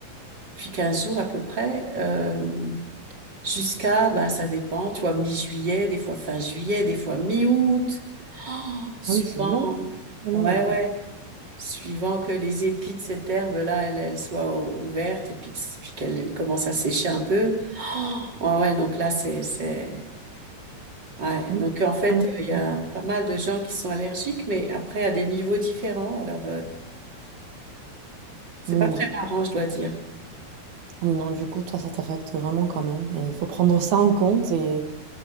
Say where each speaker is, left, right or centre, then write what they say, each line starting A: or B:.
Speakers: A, on the right; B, on the right.
A: Puis 15 jours à peu près euh, jusqu'à ben ça dépend. Tu vois mi-juillet, des fois fin juillet, des fois mi-août, suivant.
B: Oui, c'est long, c'est très
A: Ouais
B: long, en fait.
A: ouais. suivant que les épis de cette herbe-là, elles, elles soient ou- ouvertes et puis, que- puis qu'elles commencent à sécher un peu. Oh, ouais, ouais, donc là, c'est, c'est, ouais.
B: Mmh.
A: Donc, en fait,
B: Ah non,
A: il
B: c'est long,
A: y a
B: hein.
A: pas mal de gens qui sont allergiques, mais après, à des niveaux différents. Alors, euh, c'est
B: Oui,
A: pas
B: mais
A: très
B: de
A: marrant, je dois dire.
B: oui, non, du coup, toi, ça t'affecte vraiment quand même et il faut prendre ça en compte et